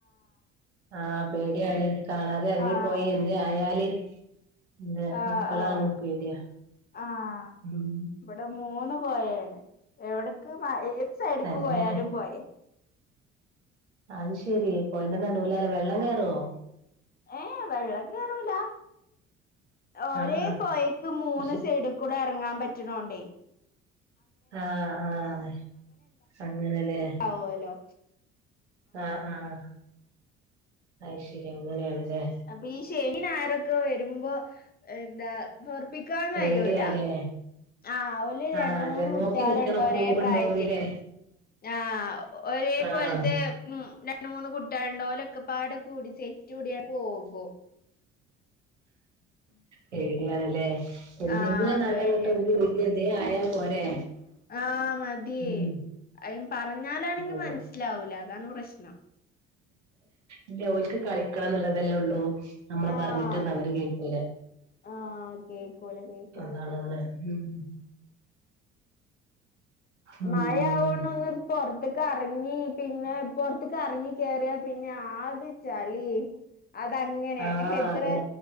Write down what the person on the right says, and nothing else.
ആഹ പേടിയാണ്. കാണാതെ ഇറങ്ങിപ്പോയാൽ
തെ ആയാല്. അതെ
മക്കടെയാണ്
പീടിയ
മം.
തന്നെ
അത് ശരി പോയേന്റെ നാടുവിലലെ വെള്ളം കേറുവോ
ആഹ് ആഹ്
പക്ഷെ
ആഹ് ആഹ് അങ്ങനെല്ലേ.
ആഹ് ആഹ് അത്ശരി അങ്ങനെയനല്ലേ.
പേടിയാലേ
ആഹ് അതെ
നോക്കി നിക്കണം
പോവുണ്ടോന്നില്ലേ
ആഹ്
പേടിയണല്ലേ എന്തെങ്കിലും
നാട്ടംഅങ്ങോട്ട
<unintelligible> എന്തെ ആയാ പോരെ
ഉം
അങ്ങനെ
ന്റെ ഓൾക്ക് കളിക്കാന്നുള്ളതെല്ലെ ഉള്ളൂ നമ്മള്
പറഞ്ഞിട്ടന്നവര് കേൾക്കൂല
എന്താണല്ലേ ഉം ഉം
ആഹ്
അതെ